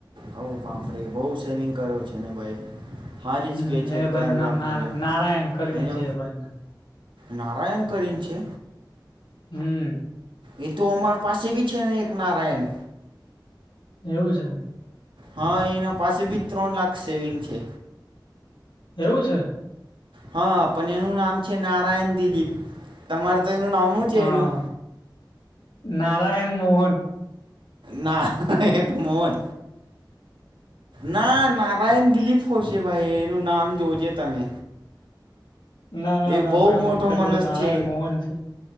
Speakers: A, on the right; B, on the left.
A: હો બાપ રે બઉ સેવિંગ કર્યો છે ને ભાઈ. હારી
B: હું
A: જ કે છે
B: એ ભાઈનું
A: ત્રણ
B: નામ
A: લાખ
B: નારા
A: મજે
B: નારાયણ કરીને
A: એનો
B: છે એ ભાઈ નું નામ.
A: નારાયણ કરીન છે.
B: હમ્મ.
A: એ તો અમાર પાસે ભી છે ને એક નારાયણ.
B: એવું છે.
A: હા એના પાસે ભી ત્રણ લાખ સેવિંગ છે.
B: એવું છે.
A: હા પણ એનું નામ છે નારાયણ દિલીપ તમાર એનું નામું હું છે
B: હા
A: એનું
B: નારાયણ મોહન.
A: ના એક મોન ના નારાયણ દિલીપ હોશે ભાઈ એનું નામ જોજે તમે.
B: ના ના
A: એ
B: ના
A: બહુ
B: ભાઈ અમારે
A: મોટો મનસ
B: ત્યાં નારાયણ
A: છે
B: મોહન છે